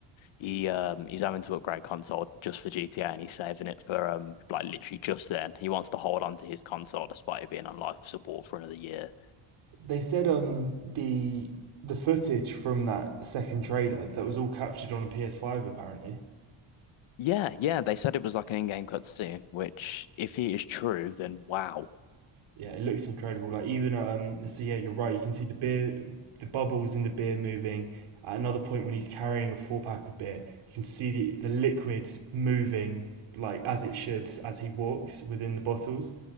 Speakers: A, on the left; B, on the right.
A: he um he's having to upgrade console just for GTA and he's saving it for um like literally just then. He wants to hold on to his console despite it being on life support for another year.
B: They said um the the footage from that second trailer that was all captured on a PS5 apparently
A: Yeah, yeah, they said it was like an in-game cutscene, which if it is true, then wow.
B: Yeah, it looks incredible. Like even um, so yeah, you're right. You can see the beer, the bubbles in the beer moving. At another point, when he's carrying a four pack of beer, you can see the the liquids moving like as it should as he walks within the bottles.